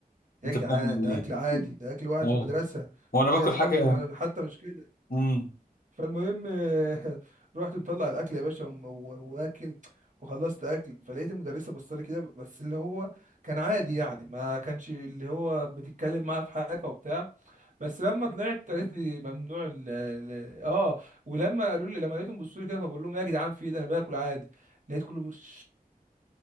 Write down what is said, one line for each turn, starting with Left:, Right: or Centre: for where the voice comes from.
Right: يا
Left: انت
Right: جدعان
Left: بتعمل
Right: ده
Left: ايه
Right: اكل عادي ده اكل واحد
Left: اه
Right: في المدرسه
Left: وانا
Right: قال
Left: باكل
Right: لي انا
Left: حاجه
Right: عارف- أنا حتى مش كده
Left: امم
Right: فالمهم <laughs> رحت مطلع الاكل يا باشا وم- و- واكل وخلصت اكل فلقيت المدرسه بصلي كده بس اللي هو كان عادي يعني ما كانش اللي هو بتتكلم معاه في حاجه وبتاع بس لما طلعت قالت لي ممنوع ال ال- اه ولما قالوا لي لما لقيتهم بيبصوا لي كده فبقول لهم إيه يا جدعان في إيه ده انا باكل عادي لقيت كله بيقول <laughs>